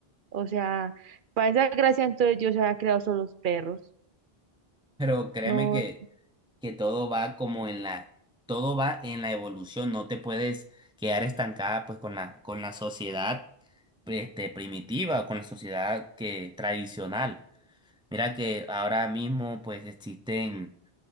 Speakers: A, on the right; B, in the centre.
A: O sea, para esa gracia entonces Dios había creado solo los perros.
B: Pero créeme
A: No,
B: que que todo va como en la, todo va en la evolución, no te puedes quedar estancada pues con la, con la sociedad este, primitiva o con la sociedad que tradicional. Mira que ahora mismo pues existen